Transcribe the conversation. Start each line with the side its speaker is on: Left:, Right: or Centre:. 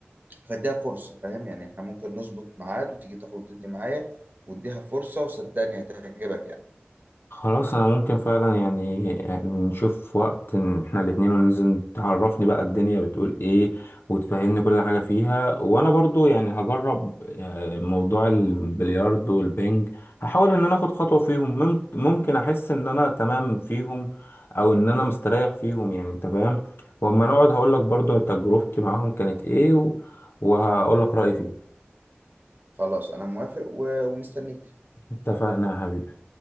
Right: فاديها فرصة فاهم يعني احنا ممكن نظبط ميعاد وتيجي تاخد وتدي معايا واديها فرصة وصدقني هتعجبك يعني
Left: خلاص انا ممكن فعلا يعني آه، نشوف وقت إن احنا الاتنين وننزل تعرفني بقى الدنيا بتقول ايه وتفهمني كل حاجة فيها وانا برضو يعني هجرب آه، موضوع البلياردو والبنج هحاول ان انا اخد خطوة فيهم مم- ممكن احس ان انا تمام فيهم او ان انا مستريح فيهم يعني انت فاهم واما نقعد هقول لك برضو تجربتي معاهم كانت ايه و- وهقول لك رأيي فيهم
Right: خلاص انا موافق و- ومستنيك
Left: اتفقنا يا حبيبي